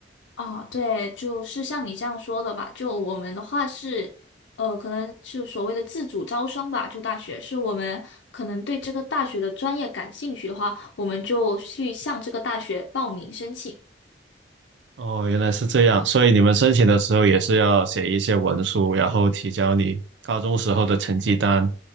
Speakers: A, on the left; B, on the right.
A: 啊，对，就是像你这样说的吧。就我们的话是，呃，可能是所谓的自主招生吧。就大学是我们可能对这个大学的专业感兴趣的话，我们就去向这个大学报名申请。
B: 哦，原来是这样，所以你们申请的时候也是要写一些文书，然后提交你高中时候的成绩单